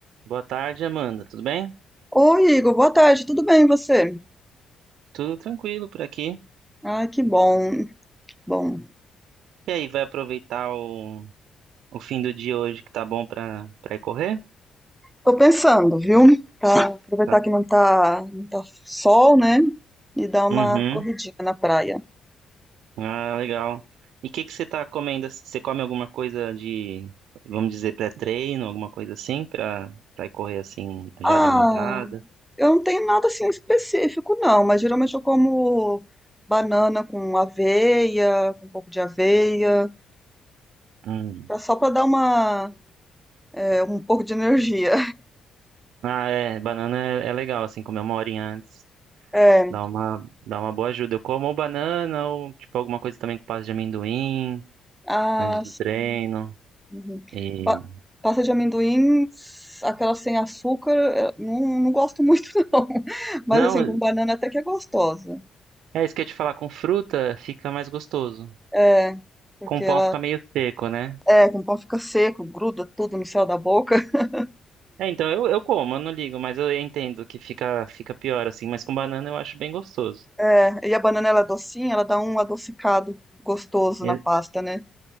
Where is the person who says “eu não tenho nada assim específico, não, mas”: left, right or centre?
Centre